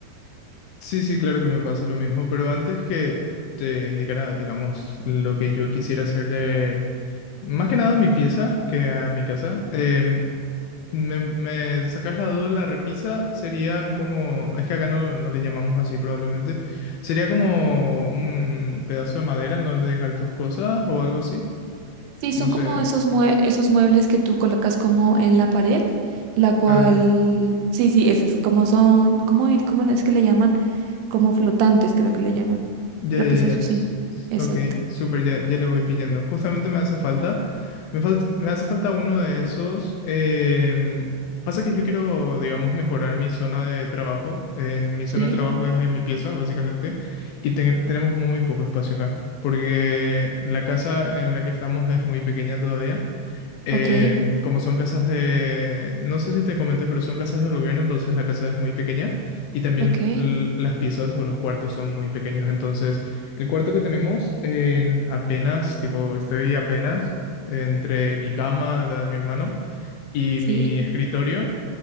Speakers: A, on the left; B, on the right.
A: Sí, sí, claro que me pasa lo mismo, pero antes que te indicara, digamos, lo que yo quisiera hacer de, más que nada mi pieza, que a mi casa, em, me, me sacas la duda, la repisa sería como, es que acá no, no le llamamos así probablemente, sería como un pedazo de madera en donde dejar tus cosas o algo así,
B: Sí,
A: no
B: son
A: sé.
B: como esos, mue- esos muebles que tú colocas como en la pared, la cual,
A: Ah,
B: sí, sí, esas, como son, ¿cómo, ir- cómo es que le llaman? Como flotantes, creo que le llaman.
A: Ya,
B: Repisas,
A: ya, ya.
B: sí,
A: S- s-
B: exacto.
A: Ok, súper, ya, ya le voy pillando. Justamente me hace falta. Me falta, me hace falta uno de esos. em, pasa que yo quiero, digamos, mejorar mi zona de trabajo. Eh, mi
B: Sí,
A: zona de trabajo es en mi pieza, básicamente. Y ten- tenemos muy poco espacio acá. Porque la casa en la que estamos es muy pequeña todavía. Em,
B: ok,
A: como son casas de, no sé si te comenté, pero son casas del gobierno, entonces la casa es muy pequeña y también
B: ok,
A: los- l- las piezas o los cuartos son muy pequeños. Entonces, el cuarto que tenemos en apenas, tipo, estoy apenas entre mi cama, la de mi hermano y
B: sí,
A: mi escritorio.